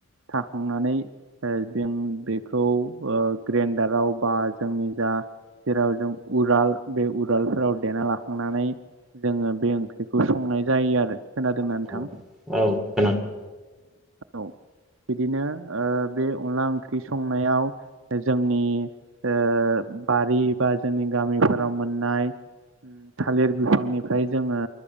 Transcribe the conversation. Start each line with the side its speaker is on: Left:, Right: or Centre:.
Right: थाखांनानै ओ बें बेखौ ओ ओ ग्रेन्डाराव बा जोंनि जा जेराव जों उराल बे उरालफोराव देना लाखांनानै जोङो बे ओंख्रिखौ संनाय जायो आरो। खोनादोंना नोंथां
Centre: औ औ खोनादों।
Right: औ बिदिनो ओ बे अनला ओंख्रि स संनायाव जोंनि ओ बारि बा जोंनि गामिफोराव मोनना आय ओम थालिर बिफांनिफ्राय जोङो